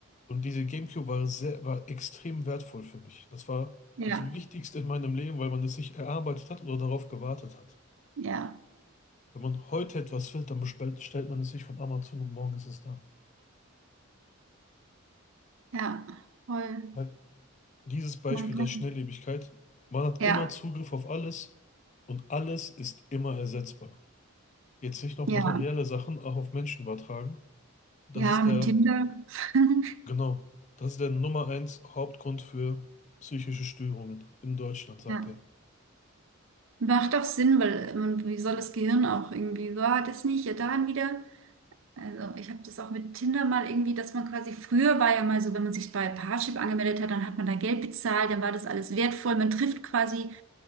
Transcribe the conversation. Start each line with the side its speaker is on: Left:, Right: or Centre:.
Left: Und diese GameCube war sehr, war extrem wertvoll für mich. Das war
Right: Ja,
Left: das Wichtigste in meinem Leben, weil man es sich erarbeitet hat oder darauf gewartet hat.
Right: ja,
Left: Wenn man heute etwas will, dann bestellt, stellt man es sich von Amazon und morgen ist es da.
Right: ja. Voll.
Left: Halt dieses Beispiel
Right: Man kann.
Left: der Schnelllebigkeit. Man hat
Right: Ja,
Left: immer Zugriff auf alles und alles ist immer ersetzbar. Jetzt nicht noch
Right: ja.
Left: materielle Sachen auch auf Menschen übertragen. Das
Right: Ja,
Left: ist
Right: mit
Left: der,
Right: Tinder. <laughs>
Left: genau, das ist der Nummer eins Hauptgrund für psychische Störungen in Deutschland, sagt
Right: Ja.
Left: er.
Right: Macht doch Sinn, weil man, wie soll das Gehirn auch irgendwie, so, ah, das nicht, ja, dann wieder. Also ich habe das auch mit Tinder mal irgendwie, dass man quasi früher war ja mal so, wenn man sich bei Parship angemeldet hat, dann hat man da Geld bezahlt, dann war das alles wertvoll. Man trifft quasi